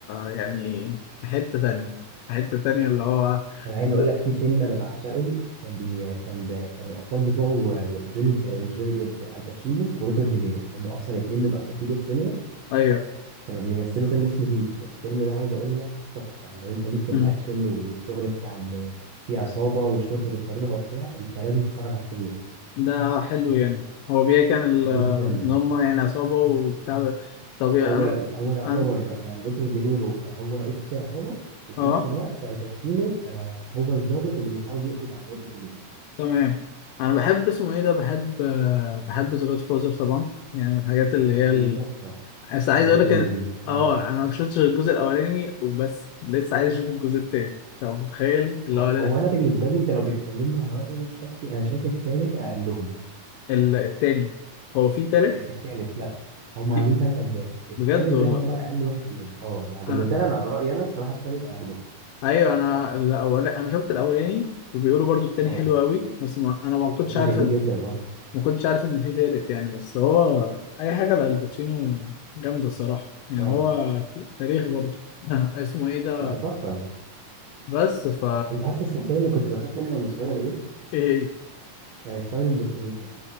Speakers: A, on the left; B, on the right.
A: يعني في حتة تانية في حتة تانية اللي هو
B: انا عايز
A: ز-
B: اقول لك في فيلم انا بعشقه كان بي كان بي كان الابطال بتوعه جوني آه، مش جوني ديب الباتشينو وروبرت دينيرو اللي هم اصلا اتنين من اساطير السينما
A: ايوه
B: كانوا بيمثلوا فيلم اسمه هيت الفيلم ده عايز اقول لك تحفه لو انت ليك في
A: مم.
B: الاكشن والشغل بتاع ان في عصابه والشرطه بتطاردها وبتاع انت لازم تتفرج على الفيلم ده
A: ده حلو يعني هو بيحكي عن ال-
B: جدا
A: ان هم يعني عصابة وبتاع طبيعي
B: هو
A: انا
B: هو يعتبر
A: انا
B: آه، روبرت دينيرو آه، هو رئيس العصابه وفي
A: اه
B: نفس الوقت الباتشينو آه، هو الضابط اللي بيحاول يقبض على روبرت دينيرو
A: تمام انا بحب اسمه ايه ده بحب آه، بحب ذا جاد فوزر طبعا يعني من الحاجات اللي هي
B: دي تحفه
A: بس
B: حاجات
A: عايز اقول
B: ال...
A: لك ان
B: آه،
A: اه انا ما شفتش غير الجزء الاولاني وبس لسه عايز اشوف الجزء التاني لو متخيل اللي
B: هو
A: هو ال-
B: هو انا بالنسبه لي انت لو بتكلمني على رايي انا الشخصي انا شايف التالت اقلهم
A: ال- التاني هو في تالت
B: التالت لا هم
A: في
B: عاملين ثلاث اجزاء التالت
A: بجد والله
B: ده يعتبر اقل واحد فيهم اه يعني بالنسبه
A: انا
B: لي انا على رايي انا الصراحه التالت اقلهم
A: ايوه انا الاول انا شفت الاولاني وبيقولوا برضو التاني
B: اه
A: حلو قوي بس ما... انا ما كنتش
B: التاني
A: عارف
B: جميل جدا اه
A: ما كنتش عارف ان في تالت يعني بس هو اي حاجه لالباتشينو جامده الصراحه يعني
B: اه
A: هو تاريخ برضو <laughs> اسمه ايه ده
B: لا تحفه
A: بس ف
B: انت عارف السلسله اللي كنت بخاف منها وانا صغير ايه
A: إيه،
B: كانت فاينل ديستنيشن